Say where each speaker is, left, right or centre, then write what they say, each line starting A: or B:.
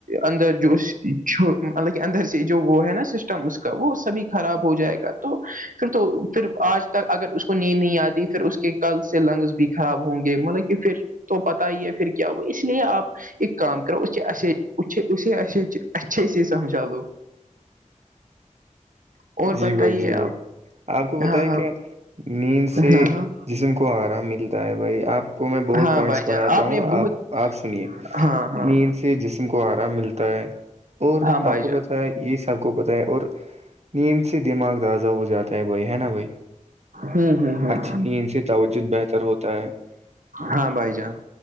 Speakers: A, on the right; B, on the right.
A: اندر جو چ مطلب کہ اندر سے جو وہ ہے نا وہ سبھی خراب ہو جائے گا تو پھر تو پھر آج تک ا اس کو نین نہیں آتی پھر کہ کل سے لنگس بھی خراب ہوں گے مطلب کہ پھر تو پت ہی ہے پھر کیا ہوا اس لیے آپ ایک کام کرو اسے اے اسےے اچھے سے سمجھا لو اور
B: جی
A: بتائیے
B: بھائی جی بھائی
A: آپ
B: آپ کو بتیا
A: ہاں ہاں
B: کیا نیند سے
A: ہاں ہاں
B: جسم کو آرام ملتا ہے بھائی آپ میں بہت
A: ہاں
B: پوائنٹس
A: بھائی
B: بناتا
A: جان
B: ہوں
A: نے بہت
B: آپ آپ سنیے
A: ہاں ہاں
B: نیند سے جس ت کو آرام ملتا ہے اور
A: ہاں بھائی
B: آپ کو
A: جان
B: پتا ہے یہ سب کو پتا ہے اور نیند سے دماغ تازہ ہو جاتا ہے بھائی ہے نا بھائی
A: ہوں ہوں ہ
B: اچھی ند سے توجہ بہتر ہوتا ہے
A: ہاں بھائی جان